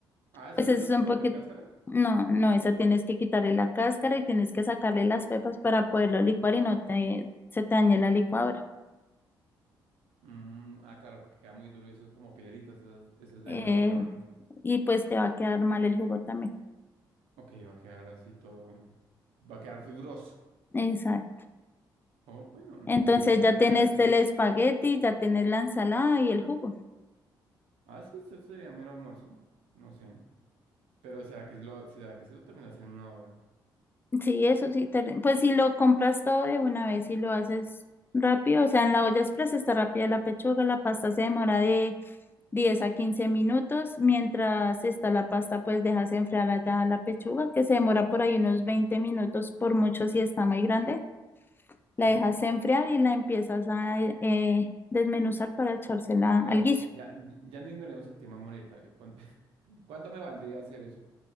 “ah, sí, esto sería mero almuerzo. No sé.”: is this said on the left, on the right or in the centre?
Right